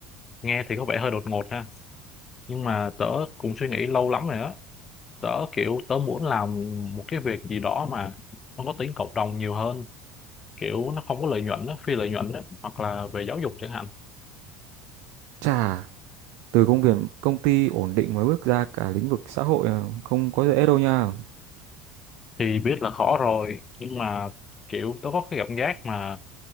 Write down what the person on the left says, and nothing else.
Nghe thì có vẻ hơi đột ngột ha. Nhưng mà tớ cũng suy nghĩ lâu lắm rồi á. Tớ kiểu tớ muốn làm một cái việc gì đó mà nó có tính cộng đồng nhiều hơn. Kiểu nó không có lợi nhuận á, phi lợi nhuận á. Hoặc là về giáo dục chẳng hạn
thì biết là khó rồi nhưng mà kiểu tôi có cái cảm giác mà